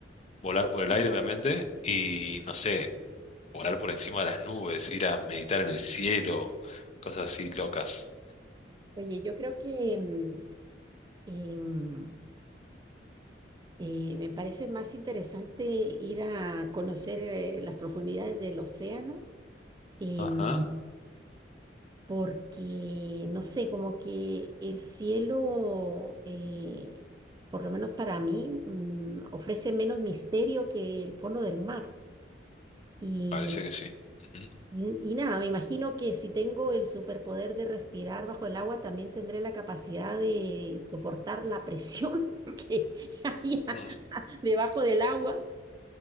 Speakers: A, on the left (about 35°); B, on the right (about 20°).
A: volar por el aire, obviamente, y no sé, volar por encima de las nubes, ir a meditar en el cielo, cosas así locas?
B: Oye, yo creo que... em, Y mm, eh, me parece más interesante ir a conocer eh, las profundidades del océano, em,
A: Ajá,
B: porque, no sé, como que el cielo, eh, por lo menos para mí, mm, ofrece menos misterio que el fondo del mar. Y,
A: parece que sí. Ujú.
B: y, y nada, me imagino que si tengo el superpoder de respirar bajo el agua, también tendré la capacidad de soportar la presión <laughs> que hay
A: Ujú.
B: debajo del agua.